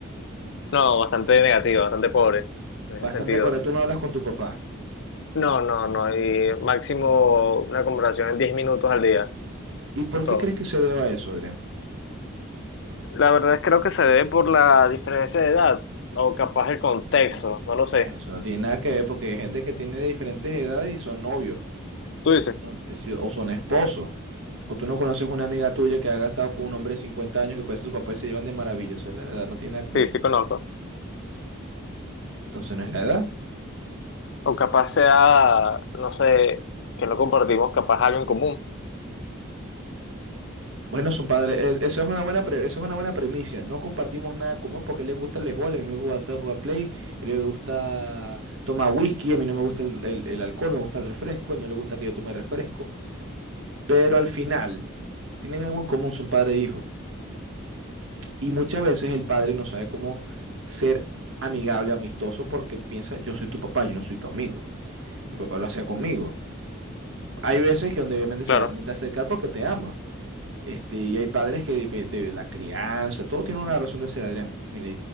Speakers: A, on the left (about 60°); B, on the right (about 75°).
A: No, bastante negativo, bastante pobre en
B: Bastante
A: ese sentido.
B: para tú no hablas con tu papá.
A: No, no, no. Y máximo una conversación en 10 minutos al día.
B: ¿Y por
A: Eso es todo.
B: qué crees que se deba a eso, Adrián?
A: La verdad es creo que se debe por la diferencia de edad o capaz el contexto,
B: Bueno,
A: no lo
B: bueno,
A: sé.
B: eso no tiene nada que ver porque hay gente que tiene diferentes edades y son novios,
A: ¿Tú dices?
B: son- eh, si- o son esposos, o tú no conoces una amiga tuya que haya estado con un hombre de 50 años que puede ser su papá y se llevan de maravilla. Eso es la edad, no tiene nada que
A: Sí,
B: ver.
A: sí conozco.
B: Entonces no es la edad.
A: O capaz sea, no sé, que no compartimos capaz algo en común.
B: Bueno, son padres, es- eso es una buena pre- eso es una buena premisa. No compartimos nada común porque le gusta el béisbol, a mí me gusta jugar play, él le gusta tomar whisky, a mí no me gusta el, el- el alcohol, me gusta el refresco, él no le gusta que yo tome refresco. Pero al final, tienen algo en común, son padre e hijo. Y muchas veces el padre no sabe cómo ser amigable, amistoso, porque piensa, yo soy tu papá, yo no soy tu amigo. Mi papá lo hacía conmigo. Hay veces que donde obviamente se
A: Claro.
B: va a intentar acercar porque te ama. Este, y hay padres que de, de la crianza, todo tiene una razón de ser, Adrián. Mire,